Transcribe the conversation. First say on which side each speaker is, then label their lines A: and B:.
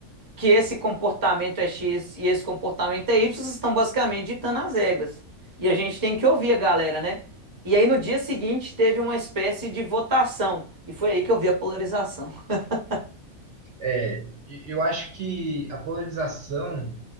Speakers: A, on the right; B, on the right.
A: que esse comportamento é X e esse comportamento é Y, vocês estão basicamente ditando as regras. E a gente tem que ouvir a galera, né? E aí no dia seguinte teve uma espécie de votação. E foi aí que eu vi a polarização. <laughs>
B: É, e eu acho que a polarização